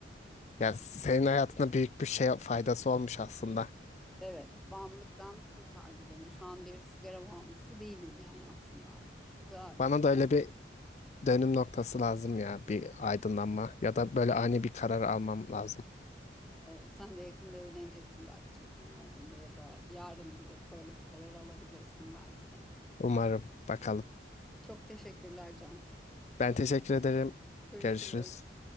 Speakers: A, on the left; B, in the centre.
A: Ya senin hayatına büyük bir şey faydası olmuş aslında.
B: Evet, bağımlılıktan kurtardı beni. Şu an bir sigara bağımlısı değilim yani aslında. Bu da
A: Bana
B: güzel.
A: da öyle bir dönüm noktası lazım ya bir aydınlanma ya da böyle ani bir karar almam lazım.
B: Evet, sen de yakında evleneceksin belki çocuğun olduğunda ya da yarın bir de böyle bir karar alabilirsin belki de.
A: Umarım bakalım.
B: Çok teşekkürler Can.
A: Ben teşekkür ederim.
B: Görüşürüz.
A: Görüşürüz.